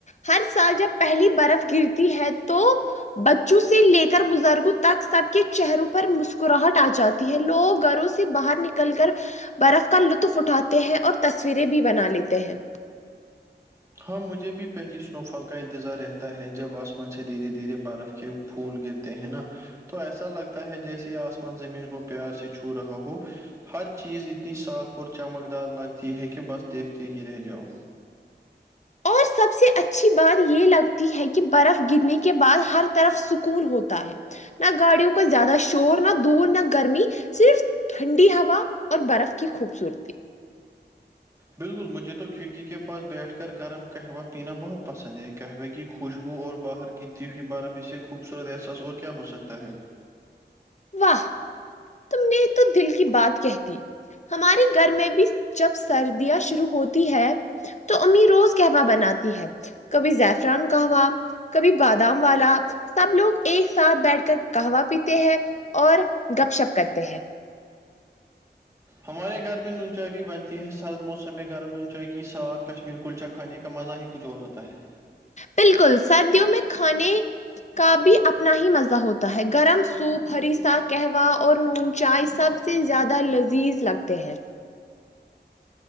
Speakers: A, on the left (about 40°); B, on the right (about 15°).
A: ہر سال جب پہلی برف گرتی ہے تو بچوں سے لے کر بزرگوں تک سب کے چہروں پر مسکراہٹ آ جاتی یہ لوگ گھروں سے باہر نکل کر برف کا لطف اٹھاتے ہیں اور تصویریں بھی بنا لیتے ہیں
B: ہاں مجھے بھی پہلی اسنو فال کا انتظار رہتا ہے جب اسمان سے دھیرے دھیرے برف کے پھول گرتے ہیں نا تو ایسا لگتا ہے جیسے آسمان زمین کو پیار سے چھو رہا ہو ہر چیز اتنی صاف اور چمکدار لگتی ہے کہ بس دیکھتے ہی رہ جاؤ
A: اور سب سے اچھی بات یہ لگتی ہے کہ برف گرنے کے بعد ہر طرف سکون ہوتا ہے نہ گاڑیوں کا زیادہ شور نہ دور نہ گرمی صرف ٹھنڈی ہوا اور برف کی خوبصورتی
B: بالکل مجھے تو کھڑکی کے پاس بیٹھ کر گرم قہوہ پینا بہت پسند ہے قہوہ کی خوشبو اور باہر گرتی ہوئی برف اسے خوبصورت احساس اور کیا ہو سکتا ہے
A: واہ میرے تو دل کی بات کہہ دی ہمارے گھر میں بھی جب سردیاں شروع ہوتی ہے تو امی روز کہوا بناتی ہے کبھی زیفران کہوا کبھی بادام والا سب لوگ ایک ساتھ بیٹھ کر کہوا پیتے ہیں اور گپ شپ کرتے ہیں
B: ہمارے گھر میں نونچائی بھی بنتی ہے سرد موسم میں گرم نونچائی کے ساتھ کشمیر کلچا کھانے کے کا مزہ ہی کچھ اور ہوتا ہے
A: بالکل سردیوں میں کھانے کا بھی اپنا ہی مزہ ہوتا ہے گرم سوپ ہریسہ کہوہ اور نون چائے سب سے زیادہ لذیذ لگتے ہیں